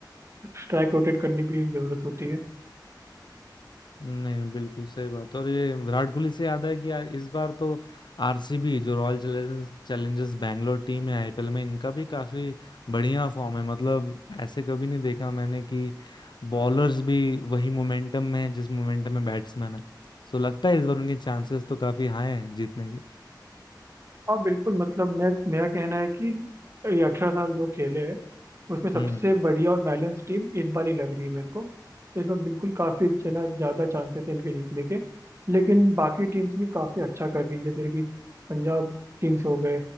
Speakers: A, on the right (about 35°); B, on the left (about 75°).
A: स्ट्राइक रोटेट करने की भी जरूरत होती है
B: नहीं बिल्कुल सही बात और ये विराट कोहली से याद है कि आ- इस बार तो आरसीबी जो Royal Challengers Challengers Bangalore team है आईपीएल में इनका भी काफी बढ़िया फॉर्म है मतलब ऐसे कभी नहीं देखा मैंने कि बॉलर्स भी वही मोमेंटम में है जिस मोमेंटम में बैट्समैन है सो लगता है इस बार उनके चांसेस तो काफी हाई हैं जीतने के
A: हाँ बिल्कुल मतलब मैं मेरा कहना है कि ये अठारह साल जो खेले हैं उसमें सबसे
B: हम्म
A: बढ़िया और बैलेंस टीम इस बार ही लग रही है मेरे को तो इसमें बिल्कुल काफ़ी जना ज़्यादा चांसेस हैं इनके जीतने के लेकिन बाकी टीम्स भी काफ़ी अच्छा कर रही है जैसे कि पंजाब किंग्स हो गए